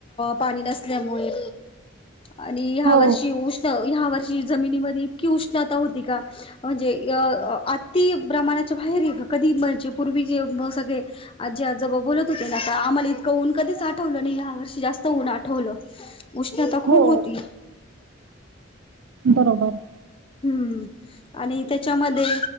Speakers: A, on the left (about 25°); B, on the right (about 75°).
A: पाणी नसल्यामुळे आणि ह्या
B: हो
A: वर्षी उष ह्या वर्षी जमिनीमध्ये इतकी उष्णता होती का? म्हणजे आत् ति ब्राह्माणाच्या बाहेर कधी म्हणजे पूर्वी जे सगळे आजी आजोबा बोलत होते ना का आम्हाला इतं ऊन कधीच आठवलं नाही या वर्षी जास्त ऊन आठव ठवलं उष्णता
B: हो
A: खूप होती.
B: बरोबर.
A: हम्म हम. आणि त्याच्यामध्ये